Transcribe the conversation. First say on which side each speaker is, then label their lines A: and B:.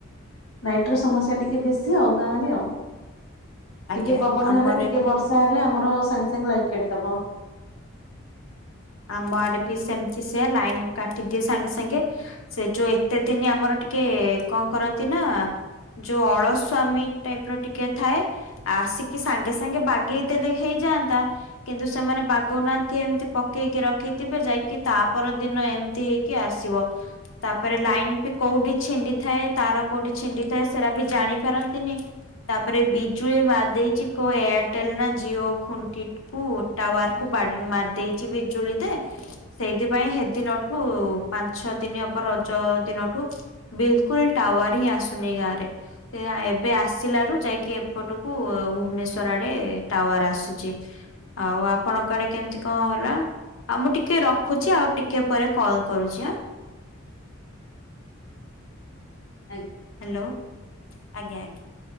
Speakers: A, on the left (about 80°); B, on the left (about 70°).
A: ଲାଇଟର ସମସ୍ୟା ଟିକେ ବେଶୀ ଆଉ ଗାଁରେ ଆଉ।
B: ଆଜ୍ଞା
A: ଟିକେ ପବନ
B: ଆମର
A: ହେଲେ ଟିକେ
B: ଏ
A: ବର୍ଷା ହେଲେ ଆମର ସାଙ୍ଗେ ସାଙ୍ଗେ ଲାଇଟ୍ କାଟିଦବ।
B: ଆମ ଆଡେ ବି ସେମତି ସେଆ ଲାଇନ୍ କାଟିଦିଏ ସାଙ୍ଗେ ସାଙ୍ଗେ। ସେ ଯୋଉ ଏତେ ଦିନ ଆମର ଟିକେ କଣ କରନ୍ତି ନା ଯୋଉ ଅଳସ୍ଵାମୀ ଟାଇପର ଟିକେ ଥାଏ। ଆସିକି ସାଙ୍ଗେ ସାଙ୍ଗେ ବାଗେଇଦେଲେ ହେଇଯାଆନ୍ତା। କିନ୍ତୁ ସେମାନେ ବାଗଉନାହାନ୍ତି ଏମିତି ପ ପକେଇକି ରଖିଥିବେ ଯାଇକି ତାପରଦିନ ଏମିତି ହେଇକି ଆସିବ। ତାପରେ ଲାଇନ ବି କୋଉଠି ଛିଣ୍ଡି ଥାଏ ତାର କୋଉଠି ଛିଣ୍ଡି ଥାଏ ସେଟା ବି ଜାଣି ପାରନ୍ତିନି। ତାପରେ ବିଜୁଳି ମାରିଦେଇଛି କୋଉ ଏୟାରଟେଲ ନା ଜିଓ ଖୁଣ୍ଟି କୁ ଟାୱାର କୁ ବାଡି ମାରି ଦେଇଛି ବିଜୁଳି ଦେ ସେଇଥିପାଇଁ ହେଦିନଠୁ ପାଞ୍ଚ ଛ ଦିନ ହବ ରଜ ଦିନଠୁ ବିଲକୁଲ ଟାୱାର ହିଁ ଆସୁନି ଗାଁରେ। ସେ ଏବେ ଆସିଲାରୁ ଯାଇକି ଏପଟକୁ ଭୁବନେଶ୍ଵର ଆଡେ ଟାୱାର ଆସୁଛି। ଆଉ ଆପଣଙ୍କ ଆରେ କେମିତି କଣ? ହେଲା ଆଉ ମୁଁ ଟିକେ ରଖୁଛି ଆଉ ଟିକେ ପରେ କଲ କରୁଛି ଆ
A: ଆଜ୍ଞା।
B: ହ୍ୟାଲୋ ଆଜ୍ଞା ଆଜ୍ଞା।